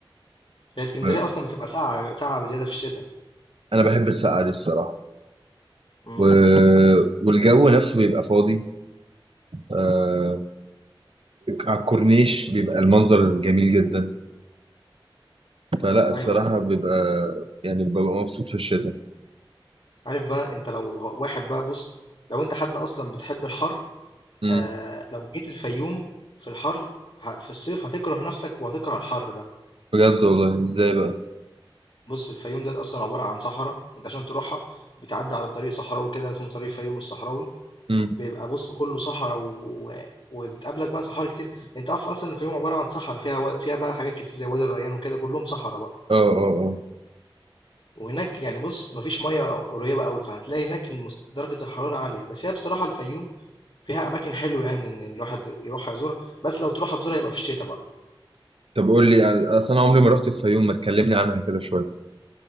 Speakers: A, on the left (about 60°); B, on the right (about 80°).
A: هي إسكندرية
B: آه،
A: أصلًا بتبقى ساقعة ساقعة بزيادة في الشتا.
B: انا بحب السقعه دي الصراحه
A: إمم،
B: و... <laughs> والجو نفسه بيبقى فاضي آه، على الكورنيش بيبقى المنظر جميل جدا فلا الصراحه
A: أيوه، أيوه.
B: بيبقى يعني ببقى مبسوط في الشتاء
A: عارف بقى أنت لو واحد بقى بُص، لو أنت حد أصلًا بتحب الحَر،
B: امم
A: آآ، لو جيت الفيوم في الحَر ه في الصيف هتكره نَفْسك وهتكره الحَر ده.
B: بجد والله ازاي بقى
A: بُص، الفيوم ديّة أصلًا عبارة عن صحرا، أنت عشان تروحها بتعدّي على طريق صحراوي كده اسمه طريق الفيوم الصحراوي،
B: امم
A: بيبقى بُص كلّه صحرا و و... وبتقابلك بقى صحاري كتير، أنت عارف أصلًا الفيوم عبارة عن صحرا فيها و فيها بقى حاجات كتير زي وادي الريان وكده كلّهم صحرا بقى،
B: اه اه اه
A: وهناك يعني بُص ما فيش مَيّة قريبة أوي، فهتلاقي هناك المس درجة الحرارة عالية، بس هي بصراحة الفيوم فيها أماكن حلوة يعني إن الواحد يروحها يزورها، بس لو تروحها تزورها يبقى في الشتا بقى،
B: طب قول لي على- اصل انا عمري ما رحت الفيوم ما تكلمني عنها كده شويه